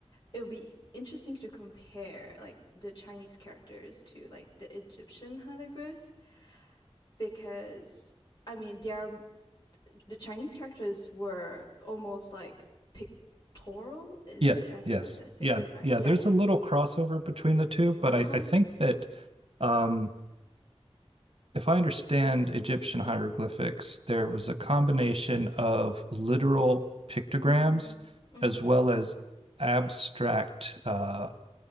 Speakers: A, on the left (about 40°); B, on the right (about 60°).
A: it would be interesting to compare like the Chinese characters to like the Egyptian hieroglyphs because I mean, they are the Chinese characters were almost like pictorial. I
B: Yes.
A: don't
B: Yes.
A: know if I say
B: Yeah.
A: it right.
B: Yeah.
A: Yeah.
B: There's a little crossover between the two, but
A: Uh-huh.
B: I I think that um, if I understand Egyptian hieroglyphics, there was a combination of literal pictograms
A: Mm. Mm-hmm.
B: as well as abstract uh